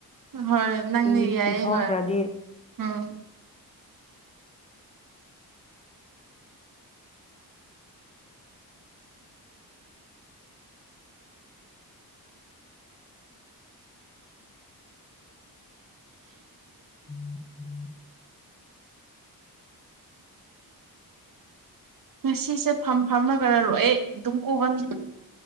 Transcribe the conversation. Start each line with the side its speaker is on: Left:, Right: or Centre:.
Right: ꯍꯣꯏ ꯅꯪꯗꯤ
Left: ꯄꯤ
Right: ꯌꯥꯏꯌꯦ
Left: ꯄꯤꯊꯣꯛꯈ꯭ꯔꯗꯤ
Right: ꯍꯣꯏ ꯎꯝ
Left: <inaudible>
Right: ꯉꯁꯤꯁꯦ ꯐꯝ ꯐꯝꯃꯒꯔꯔꯣꯛꯑꯦ ꯑꯗꯨꯝ ꯀꯣꯕꯅꯤ